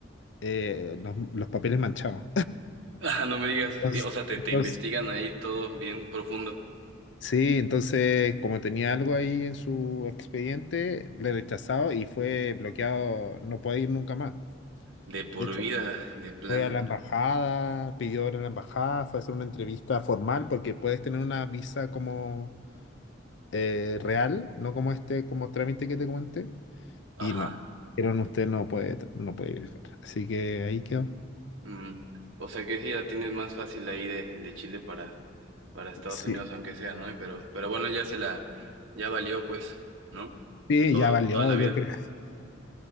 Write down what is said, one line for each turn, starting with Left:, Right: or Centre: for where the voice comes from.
Left: eh, los, los papeles manchados.
Right: Ah, no me digas.
Left: Entonces,
Right: Y, O sea, te,
Left: entonces-
Right: te investigan ahí todo bien profundo.
Left: sí, entonces como tenía algo ahí en su expediente, le he rechazado y fue bloqueado, no puede ir nunca más.
Right: De por
Left: De hecho,
Right: vida, de plano.
Left: fue a la embajada, pidió hora en la embajada, fue a hacer una entrevista formal porque puedes tener una visa como eh, real, no como este, como trámite que te comenté.
Right: Ajá.
Left: Y no, dijeron usted no puede, tra- no puede viajar. Así que ahí quedó.
Right: Mm. O sea que sí, la tienes más fácil ahí de, de Chile para, para Estados
Left: Sí,
Right: Unidos, aunque sea, ¿no? Pero, pero bueno, ya se la, ya valió, pues, ¿no?
Left: sí,
Right: Todo,
Left: ya valió,
Right: toda la vida.
Left: yo creo. <laughs>